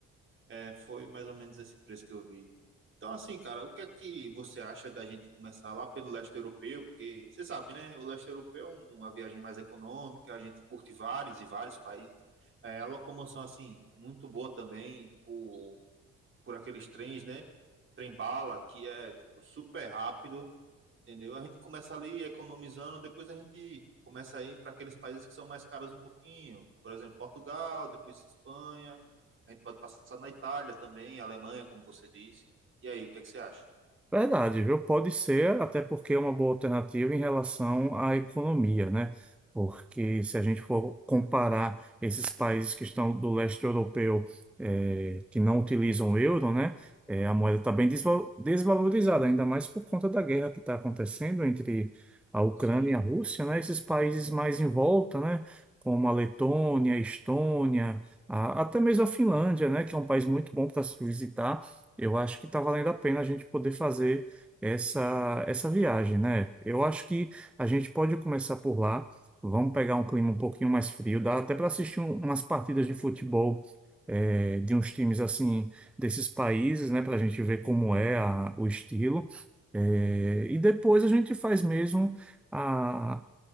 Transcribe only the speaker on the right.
É, foi mais ou menos esse preço que eu vi. Então, assim, cara, o que é que você acha da gente começar lá pelo leste europeu? Porque você sabe, né? O leste europeu é uma viagem mais econômica, a gente curte vários e vários países. É, a locomoção, assim, muito boa também, por por aqueles trens, né? Trem-bala, que é tipo, super rápido, entendeu? A gente começa ali economizando, depois a gente começa a ir para aqueles países que são mais caros um pouquinho. Por exemplo, Portugal, depois Espanha. A gente pode passar na Itália também, Alemanha, como você disse. E aí, o que é que você acha?
Sim,